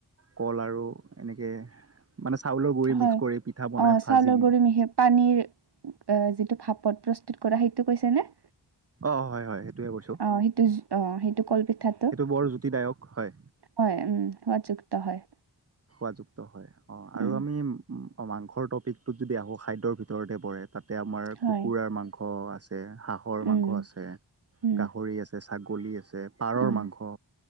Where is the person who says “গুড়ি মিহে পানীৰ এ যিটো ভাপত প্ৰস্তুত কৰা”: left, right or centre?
Right